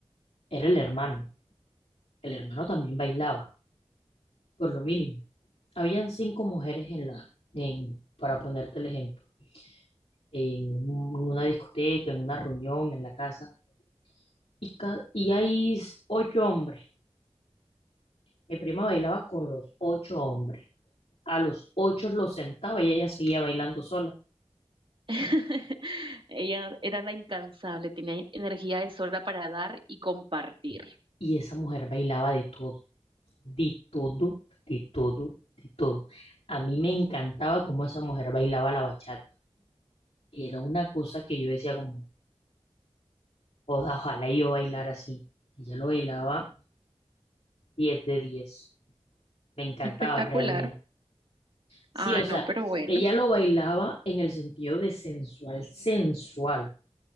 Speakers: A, on the left; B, on the right.
A: era el hermano. El hermano también bailaba, por lo mínimo. Habían cinco mujeres en la, en, para ponerte el ejemplo, en, un- en una discoteca, en una reunión, en la casa, y, ca- y hay ocho hombres. Mi prima bailaba con los ocho hombres. A los ocho lo sentaba y ella seguía bailando sola.
B: <laughs> Ella era la incansable, tenía energía de sobra para dar y compartir.
A: Y esa mujer bailaba de todo, de todo, de todo, de todo. A mí me encantaba cómo esa mujer bailaba la bachata. Era una cosa que yo decía como, "Joda, ojalá yo bailara así. Ella lo bailaba diez de diez Me encantaba
B: Espectacular.
A: realmente. Sí,
B: Ay,
A: o sea,
B: no, pero bueno.
A: ella lo bailaba en el sentido de sensual, sensual.